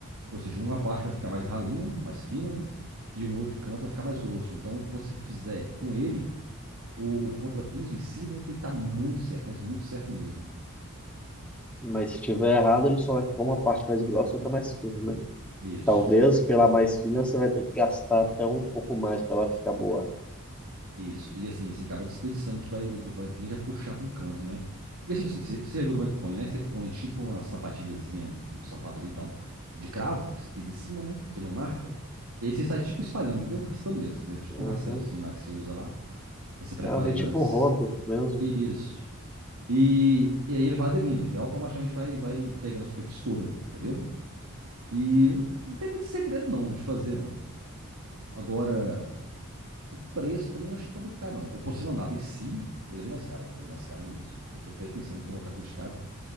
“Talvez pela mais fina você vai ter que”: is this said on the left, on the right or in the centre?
Centre